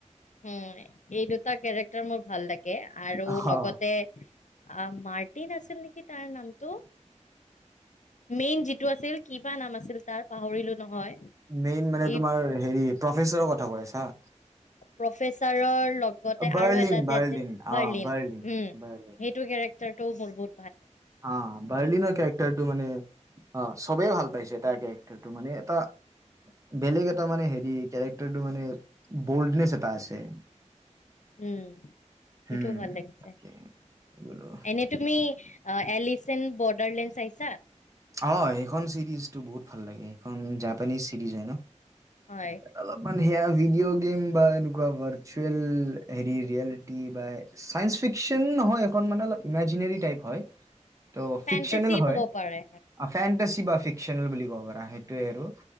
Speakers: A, on the left (about 75°); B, on the right (about 25°).
A: উম এই দুটা কেৰেক্টাৰ মোৰ ভাল লাগে আৰু
B: অ
A: লগতে আহ মাৰ্টিন আছিল নেকি তাৰ নামটো। মেইন যিটো আছিল কিবা নাম আছিল তাৰ পাহৰিলো নহয়।
B: মেইন মানে
A: এই
B: তোমাৰ হেৰি প্ৰফেচৰৰ কথা কৈ আছা?
A: প্ৰফেচাৰৰ লগতে
B: বাৰ্লিন
A: আৰু এটা
B: বাৰ্লিন
A: যে আছিল
B: অ
A: বাৰ্লিন হম। সেইটো
B: বাৰ্লিন
A: কেৰেক্টাৰটো মোৰ বহু
B: অ', বাৰলিন কে ৰেক্টটো মানে অ' চবেই ভাল পাইছে তাৰ কেৰেটাৰটো মানে এটা বেলেগ এটা মানে হেৰি কেৰেক্টাৰটো মানে বল্ডনেচ এটা আছে।
A: উম হেইটোও
B: হম
A: ভাল লাগিছে।
B: তাকে বোলো
A: এনেই তুমি অ', এলিচেণ্ বৰ্ডাৰলেণ্ড চাইছা?
B: অ', সেইখন চিৰিজটো বহুত ভাল লাগে সেইখন জাপানিছ চিৰিজ হয় ন।
A: হয়
B: অলপান সেয়া ভিডিঅ' গেম বা এনেকুৱা ভাৰ্চুৱেল হেৰি ৰিয়েলিটি বা চাইন্ঞ্চ ফিকচন নহয় এইখন মানে অলপ ইমাজিনেৰি টাইপ হয়। ত'
A: ফেন্টাচি
B: ফিকচনেল হয়।
A: ক'ব পাৰে
B: অফেটি দা ফিক্নেল বুলি ক'ব পৰা সেইটোৱে আৰু